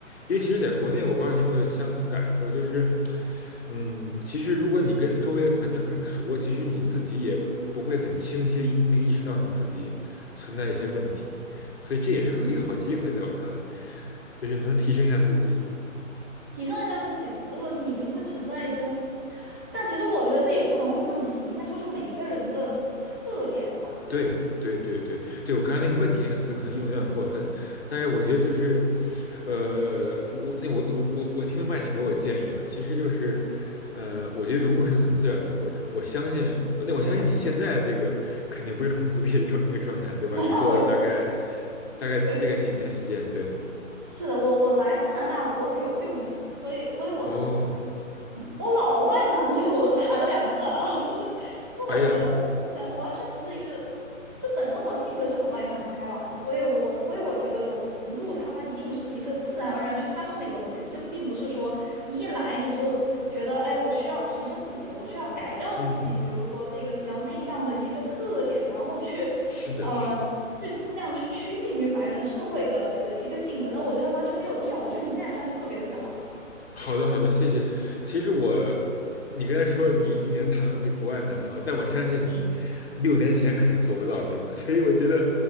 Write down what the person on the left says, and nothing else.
因为其实在国内，我不知道你有没有相同感受，就是，嗯，其实如果你跟周围的环境很熟，其实你自己也不会很清晰地那个意识到你自己存在一些问题，所以这也是一个好机会，
在我看来，就是能提升一下自己。
对对对对对，我刚才那个问题那个词可能用的有点过分，但是我觉得就是，呃，我那我我我我听明白你给我建议了，其实就是，呃，我觉得融入是很自然的过程，我相信那我相信你现在这个肯定不是很自闭的状那个状态，
对吧？
你过了大概
大概大概几年时间，
对，
哦，
哎呀，
嗯，
是的，
是的。
好的，好的，谢谢。其实我，你刚才说你你已经谈了那国外男朋友，但我相信你六年前肯定做不到，对吧？<laughs> 所以我觉得